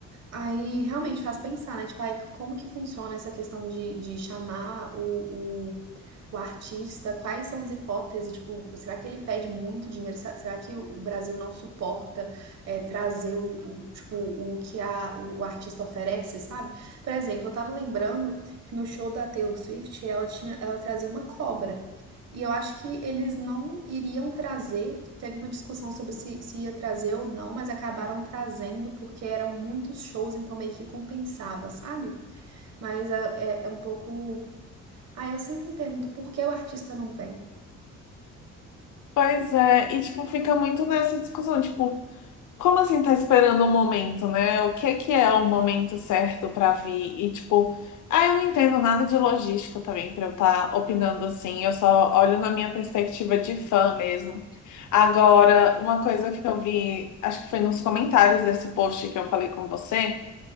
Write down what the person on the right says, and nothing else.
Aí realmente faz pensar, né? Tipo, ai, como que funciona essa questão de, de chamar o. o o artista, quais são as hipóteses? Tipo, será que ele pede muito dinheiro? Será será que o Brasil não suporta é, trazer o, o- tipo, o que a, o, o artista oferece, sabe? Por exemplo, eu tava lembrando que no show da Taylor Swift ela tinha, ela trazia uma cobra. E eu acho que eles não iriam trazer. Teve uma discussão sobre se, se ia trazer ou não, mas acabaram trazendo porque eram muitos shows, então meio que compensava, sabe? Mas é, é é um pouco. Ah, eu sempre me pergunto por que o artista não vem.